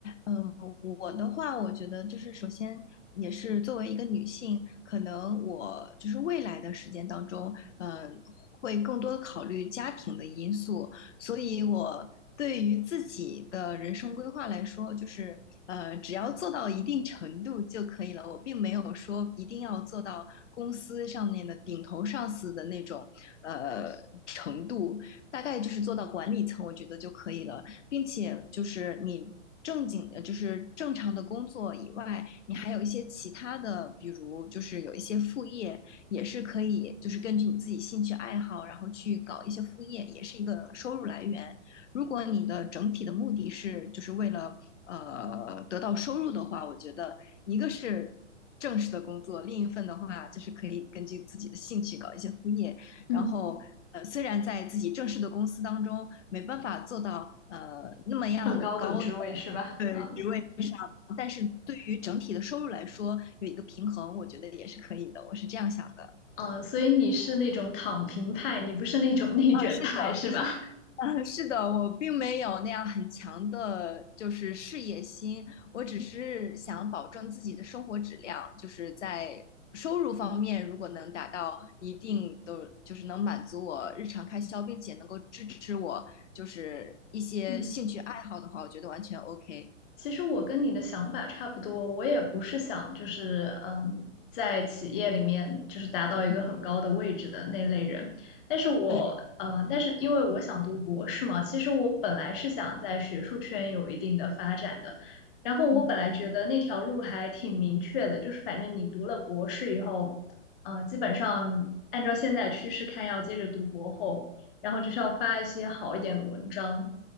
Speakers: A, on the left (about 65°); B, on the left (about 45°).
A: 嗯，我的话，我觉得就是首先也是作为一个女性，可能我就是未来的时间当中，嗯，会更多的考虑家庭的因素，所以我对于自己的人生规划来说，就是呃，只要做到一定程度就可以了。我并没有说一定要做到公司上面的顶头上司的那种呃程度，大概就是做到管理层，我觉得就可以了。并且就是你正经呃就是正常的工作以外，你还有一些其他的，比如就是有一些副业，也是可以就是根据你自己兴趣爱好，然后去搞一些副业，也是一个收入来源。如果你的整体的目的是就是为了呃得到收入的话，我觉得一个是正式的工作，另一份的话就是可以根据自己的兴趣搞一些副业，
B: <laughs> 嗯，
A: 然后呃，虽然在自己正式的公司当中没办法做到呃那么样高的
B: 很高等职位是吧？嗯
A: 职位上，但是对于整体的收入来说有一个平衡，我觉得也是可以的。我是这样想的。
B: 嗯，所以你是那种躺平派，你不是那种内卷派是吧？
A: 啊，是的，<laughs> 啊，是的，我并没有那样很强的，就是事业心，我只是想保证自己的生活质量，就是在收入方面，如果能达到一定的，就是能满足我日常开销，并且能够支持我就是一些兴趣爱好的话，
B: <laughs> 嗯。
A: 我觉得完全 OK。
B: 其实我跟你的想法差不多，我也不是想就是嗯，在企业里面就是达到一个很高的位置的那类人，
A: 嗯，
B: 但是我呃，
A: 对，
B: 但是因为我想读博士嘛，其实我本来是想在学术圈有一定的发展的，然后我本来觉得那条路还挺明确的，
A: 嗯
B: 就是反正你读了博士以后，呃，基本上按照现在趋势看，要接着读博后，然后就是要发一些好一点的文章。